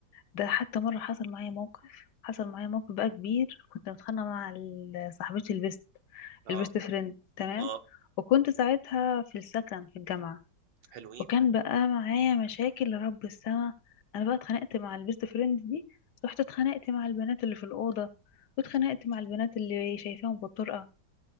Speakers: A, on the left (about 70°); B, on the right (about 80°).
A: ده حتى مره حصل معايا موقف حصل معايا موقف بقى كبير كنت متخانقه مع ال- صاحبتي البيست
B: اه
A: البيست فريند تمام
B: اه
A: وكنت ساعتها في السكن في الجامعه
B: حلوين
A: وكان بقى معايا مشاكل لرب السما انا بقى اتخانقت مع البيست فريند دي رحت اتخانقت مع البنات اللي في الاوضه واتخانقت مع البنات اللي شايفاهم بالطرقه